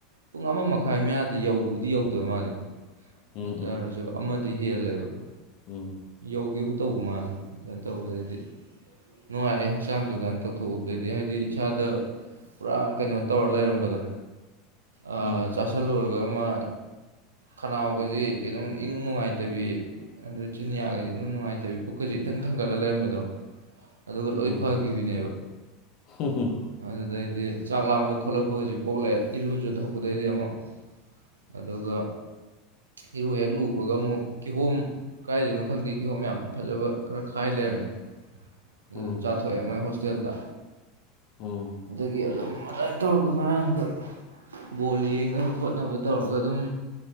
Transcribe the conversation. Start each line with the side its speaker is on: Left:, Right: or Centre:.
Right: ꯄꯨꯡ ꯑꯃ ꯃꯈꯥꯏ ꯃꯌꯥꯗꯤ ꯌꯧꯕꯗꯤ ꯌꯧꯗꯕ ꯃꯥꯜꯂꯦ꯫
Left: ꯎꯝ
Right: ꯑꯗꯨꯇꯥꯔꯁꯨ
Left: ꯎꯝ
Right: ꯑꯃꯗꯤ ꯍꯦꯜꯂꯦꯕ
Left: ꯎꯝ
Right: ꯌꯧꯒꯦꯕꯨ ꯇꯧꯕ ꯃꯥꯜꯂꯦ ꯑꯗꯨꯃꯥꯏꯅ ꯇꯧꯕꯗꯩꯗꯤ ꯅꯨꯡꯉꯥꯏꯑꯦ ꯍꯛꯆꯥꯡꯗꯨ ꯒꯟ ꯇꯧꯊꯣꯛꯎꯕꯗꯒꯤ ꯍꯥꯏꯗꯤ ꯏꯁꯥꯗ ꯄꯨꯔꯥ ꯀꯩꯅꯣ ꯇꯧꯔ ꯂꯩꯔꯝꯕꯗꯣ ꯑ
Left: ꯎꯝ
Right: ꯆꯥꯁꯤꯜꯂꯨꯔꯒ ꯑꯃ ꯈꯅꯥꯎꯒꯖꯤ ꯀꯩꯅꯣꯝ ꯏꯅꯨꯡ ꯅꯨꯡꯉꯥꯏꯇꯕꯤ ꯑꯗꯩ ꯆꯤꯟꯌꯥꯒꯁꯦ ꯏꯅꯨꯡ ꯅꯨꯡꯉꯥꯏꯇꯕꯤ ꯄꯨꯛꯀꯥꯁꯦ ꯏꯊꯪ ꯊꯪꯒꯠꯂ ꯂꯩꯔꯝꯕꯗꯣ ꯑꯗꯨꯒ ꯂꯣꯏ
Left: ꯎꯝ
Right: ꯐꯈꯤꯕꯤꯅꯦꯕ
Left: ꯎꯝ
Right: ꯑꯗꯨꯗꯩꯗꯤ ꯆꯥꯛ ꯂꯥꯝꯕ ꯈꯣꯠꯂꯛꯄꯒꯥꯖꯦ ꯄꯣꯛꯂꯛꯑꯦ ꯏꯔꯨꯖꯊꯣꯛꯄꯗꯩꯗꯤ ꯑꯃꯨꯛ ꯑꯗꯨꯒ ꯏꯔꯨ ꯍꯦꯛ ꯂꯨꯕꯒ ꯑꯃꯨꯛ ꯀꯤꯍꯣꯝ ꯀꯗꯥꯥꯏꯗꯅꯣ ꯈꯪꯗꯦ ꯀꯤꯍꯣꯝ ꯌꯥꯝ ꯐꯖꯕ ꯈꯔ ꯈꯥꯏ ꯂꯩꯔꯝꯃꯦ ꯑꯗꯨ
Left: ꯎꯝ
Right: ꯆꯥꯊꯣꯛꯑꯦ ꯃꯣꯏ ꯍꯣꯁꯇꯦꯜꯗ
Left: ꯎꯝ
Right: ꯑꯗꯒꯤ ꯑꯗꯨꯝ ꯑꯗꯨꯃꯥꯏꯅ ꯇꯧꯔꯒ ꯉꯔꯥꯡꯗꯣ ꯕꯣꯜ ꯌꯦꯡꯅꯕ ꯈꯣꯠꯅꯕ ꯇꯧꯔꯒ ꯑꯗꯨꯝ